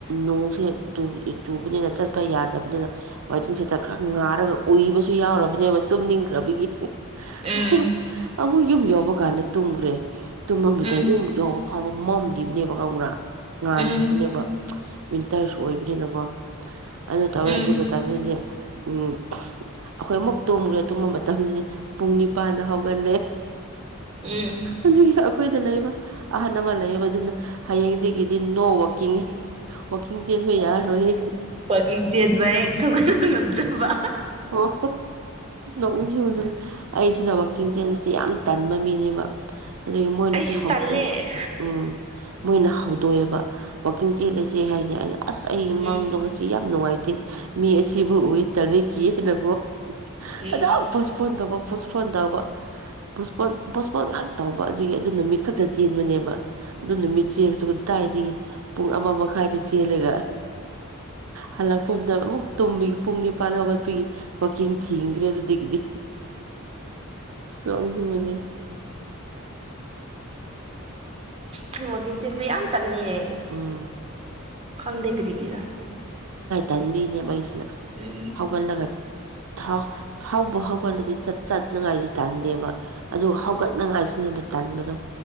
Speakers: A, on the right; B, on the right.
A: ꯅꯣꯡꯁꯦ ꯆꯨꯕꯅꯤꯅ ꯆꯠꯄ ꯌꯥꯗꯕꯅꯤꯅ ꯋꯥꯏꯇꯤꯡ ꯁꯦꯠꯇ ꯈꯔ ꯉꯥꯔꯒ ꯎꯏꯕꯁꯨ ꯌꯥꯎꯔꯕꯅꯦꯕ ꯇꯨꯝꯅꯤꯡꯈ꯭ꯔꯕꯒꯤ
B: ꯎꯝ
A: ꯑ ꯑꯃꯛ ꯌꯨꯝ ꯌꯧꯕ ꯀꯥꯟꯗ ꯇꯨꯝꯒꯔ꯭ꯦ ꯇꯨꯝꯃꯗ
B: ꯎꯝ
A: ꯌꯨꯝꯨꯛ ꯌꯧꯕ <unintelligible> ꯃꯝꯂꯤꯕꯅꯦꯕꯀ ꯑꯃꯨꯔꯥ <unintelligible> ꯉꯥꯟꯗꯕꯅꯦꯕ
B: ꯎꯝ
A: ꯋꯤꯟꯇꯔꯁꯨ ꯑꯣꯏꯕꯅꯤꯅꯀꯣ ꯑꯗꯨ ꯇꯧꯔꯦ
B: ꯎꯝ ꯎꯝ
A: ꯑꯗꯨ ꯃꯇꯝꯗꯗꯤ ꯎꯝ ꯑꯩꯈꯣꯏ ꯑꯃꯨꯛ ꯇꯨꯝꯃꯨꯔꯦ ꯇꯨꯝꯕ ꯃꯇꯝꯗꯗꯤ ꯄꯨꯡ ꯅꯤꯄꯥꯟꯗ ꯍꯧꯒꯠꯂꯦ
B: ꯎꯝ
A: ꯑꯗꯨꯒꯤ꫰ꯑꯩꯈꯣꯏꯗ ꯂꯩꯕ ꯑꯍꯜ ꯑꯃ ꯂꯩꯌꯦꯕ ꯑꯗꯨꯅ ꯍꯌꯦꯡ ꯗꯤ ꯅꯣ ꯋꯥꯀꯤꯡ ꯋꯥꯛꯀꯤꯡ ꯆꯦꯟꯕ ꯌꯥꯔꯔꯣꯏꯍꯦ
B: ꯋꯥꯋꯥꯛꯀꯤꯡ ꯆꯦꯟꯕ ꯍꯦꯛ ꯍꯧꯒꯠꯄ ꯉꯝꯗ꯭ꯔꯕ
A: ꯑꯣ ꯅꯣꯛꯅꯤꯡꯕ ꯑꯩꯁꯤꯅ ꯋꯥꯛꯀꯤꯡ ꯆꯦꯟꯕꯁꯦ ꯌꯥꯝ ꯇꯟꯕ ꯃꯤꯅꯦꯕ ꯑꯗꯒꯤ ꯃꯣꯏꯅ
B: ꯑꯩꯁꯨ
A: ꯁꯤ ꯍꯧꯗꯣꯛ
B: ꯇꯜꯂꯦ
A: ꯎꯝ ꯃꯣꯏꯅ ꯍꯧꯗꯣꯛꯑꯦꯕ ꯋꯥꯛꯀꯤꯡ ꯆꯦꯜꯂꯁꯦ ꯍꯥꯏꯅꯤ ꯑꯩꯅ ꯑꯁ ꯑꯩ
B: ꯎꯝ
A: ꯃꯡꯗꯣ ꯉꯁꯤ ꯌꯥꯝ ꯅꯨꯡꯉꯥꯏ ꯃꯤ ꯁꯤꯕꯨ ꯑꯣꯏꯣꯏ ꯇꯔ <unintelligible> ꯀꯦꯅꯒꯣ
B: ꯎꯝ
A: ꯑꯗꯨꯝ ꯄꯣꯁꯄꯣꯟ ꯇꯧꯕ ꯄꯣꯁꯄꯣꯟ ꯇꯧꯕ ꯄꯄꯣꯟ ꯄꯣꯁꯄꯣꯟ ꯉꯥꯛ ꯇꯧꯕ ꯑꯗꯨꯒꯤ ꯑꯗꯨ ꯅꯨꯃꯤꯠ ꯈꯛꯇ ꯆꯦꯟꯕꯅꯦꯕ ꯑꯗꯨ ꯅꯨꯃꯤꯠ ꯆꯦꯟꯕꯁꯨ ꯄꯣꯁꯠꯄꯣꯟ ꯉꯛ ꯇꯧꯕ ꯑꯗꯨꯒꯤ ꯑꯗꯨ ꯅꯨꯃꯤꯠ ꯈꯛꯇ ꯆꯦꯟꯕꯅꯦꯕ ꯑꯗꯨ ꯅꯨꯃꯤꯠ ꯆꯦꯜꯂꯁꯨ ꯀꯗꯥꯏꯗꯒꯤ ꯄꯨꯡ ꯑꯃ ꯃꯈꯥꯏꯗ ꯆꯦꯜꯂꯒ ꯍꯜꯂꯛꯄꯗ ꯑꯃꯨꯛ ꯇꯨꯝꯃꯤꯒꯤ ꯄꯨꯡ ꯅꯤꯄꯥꯟ ꯍꯧꯒꯠ ꯋꯥꯛꯀꯤꯡ ꯊꯤꯡꯈ꯭ꯔꯦ ꯑꯗꯨꯗꯒꯤꯗꯤ ꯂꯧꯣꯛꯅꯤꯡꯕꯅꯦ
B: ꯁꯤ ꯋꯥꯀꯤꯡ ꯆꯦꯟꯕ ꯌꯥꯝ ꯇꯟ ꯑꯦ
A: ꯎꯝ
B: ꯈꯪꯗꯦ ꯀꯔꯤꯒꯤꯔꯥ
A: ꯇꯟꯕꯤꯅꯦꯕꯩꯁꯅ
B: ꯎꯝ
A: ꯍꯧꯒꯜꯂꯒꯠ ꯥꯊꯥꯎꯕ ꯍꯧꯒꯠꯂꯗꯤ ꯆꯠ ꯆꯠꯅꯉꯥꯏꯗꯤ ꯇꯥꯟꯗꯦꯕ ꯑꯗꯨ ꯍꯧꯒꯠꯅꯉꯥꯏꯁꯤꯅꯦꯕ ꯇꯟꯕꯗꯣ